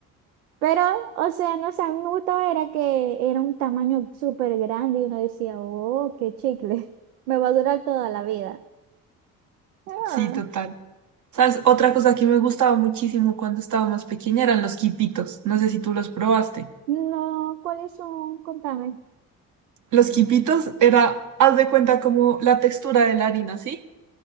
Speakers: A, on the right (about 75°); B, on the right (about 40°).
A: Pero, o sea, no sé, a mí me gustaba era que era un tamaño súper grande y uno decía, oh, qué chicle, <laughs> me va a durar toda la vida. Ah,
B: Sí, total. ¿Sabes? Otra cosa que me gustaba muchísimo cuando estaba más pequeña eran los quipitos. No sé si tú los probaste.
A: no, ¿cuáles son? Contame.
B: Los quipitos era, haz de cuenta como la textura de la harina, ¿sí?